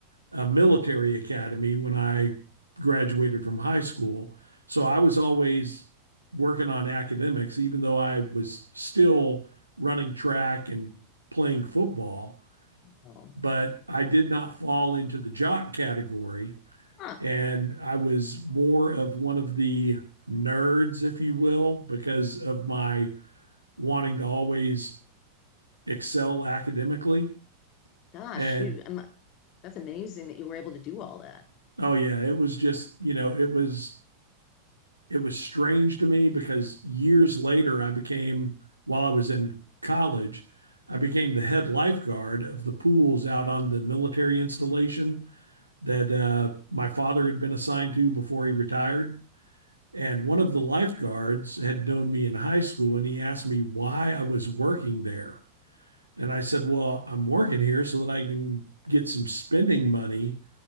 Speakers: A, on the right (about 85°); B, on the left (about 40°).
A: a military academy when I graduated from high school. So I was always working on academics, even though I was still running track and playing football.
B: Oh.
A: But I did not fall into the jock category.
B: Huh.
A: And I was more of one of the nerds, if you will, because of my wanting to always excel academically.
B: Gosh,
A: And
B: you um, that's amazing that you were able to do all that.
A: oh yeah, it was just, you know, it was it was strange to me because years later I became while I was in college, I became the head lifeguard of the pools out on the military installation that uh, my father had been assigned to before he retired. And one of the lifeguards had known me in high school and he asked me why I was working there. And I said, Well, I'm working here so that I can get some spending money